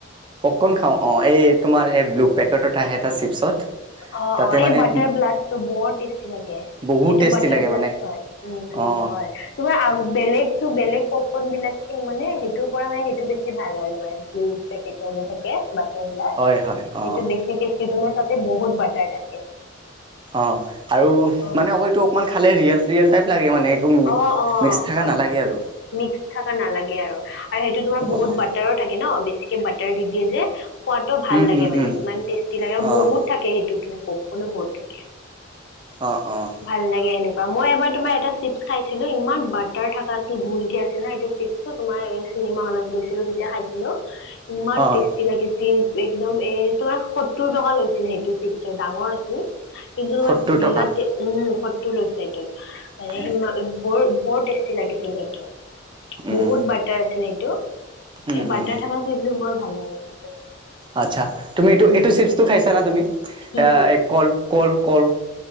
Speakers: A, on the right; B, on the left.
A: পককন খাওঁ অ এই তোমাৰ এই ব্লু পেকেটত আহে এটা চিপছত-।
B: অ
A: তাতে
B: অ
A: মানে
B: এই বাটাৰ ব্লাষ্টটো বৰ টেষ্টি লাগে-।
A: বহুত
B: সেইটো
A: টেষ্টি
B: বাটাৰ
A: লাগে
B: ব্লা
A: মানে
B: হয় উম উম
A: অঁ
B: হয় তোমাৰ বেলেগো বেলেগ-। ন বিলাক কি মানে সেইটোৰ পৰা মানে সেইটো বেছি ভাল হয়ে ব্লু পেকেটৰ যে থাকে-। বাটাৰ বিলাক
A: হয় হয়
B: সেইটো
A: অঁ
B: বেছি টেষ্টি তাতে বহুত বাটাৰ থাকে।
A: অ আৰু
B: অ',
A: মানে অক এইটো অকমান খালে ৰিয়েল ৰিয়েল টাইপ লাগে মানে একো
B: অ অ
A: মিক্স থকা
B: হয়
A: নালাগে
B: হয়
A: আৰু
B: মিক্স থকা নালাগে আৰু সেইটো তোমাৰ বহুত
A: অঁ
B: বাটাৰো থাকে ন বেছি বাটাৰ দি দিয়ে যে খোৱাটো ভাল
A: উম
B: লাগে
A: উম
B: মানে
A: উম
B: ইমান টেষ্টি লাগে আৰু
A: অঁ
B: বহুত থাকে সেইটো তোম পপকৰ্ণও বহুত থাকে।
A: অঁ অঁ
B: ভাল লাগে এনেকুৱা। মই এবাৰ তোমাৰ এটা চিপছ খাইছিলো ইমান বাটাৰ থাকা আছিল গোল কে আছিল না এইটো চিপছটো তোমাৰ। চিনেমা হলত গৈছিলো যেতিয়া খাইছিলো ইমান
A: অঁ
B: টেষ্টি লাগিছিল। চিল একদম এ তোমাৰ সত্তৰ টকা লৈছিলে সেইটো চিপছৰ ডাঙৰ আছিল। কিন্তু তোমাৰ
A: সত্তৰ
B: বিৰাট
A: টকা
B: উম শত্ৰু লৈছে এইটোত
A: উম
B: মানে বৰ। বৰ টেষ্টি লাগিছিল সেইটো
A: উম
B: বহুত বাটাৰ আছিল সেইটো।
A: উম
B: এই
A: উম
B: বাৰ্টাৰ থাকা ফীলটো বৰ ভাল লাগে কিন্তু।
A: আচ্ছা তুমি এইটো
B: উম
A: এইটো চিপছটো খাইছা না তুমি
B: কি চিপছ
A: এ কল কল কল।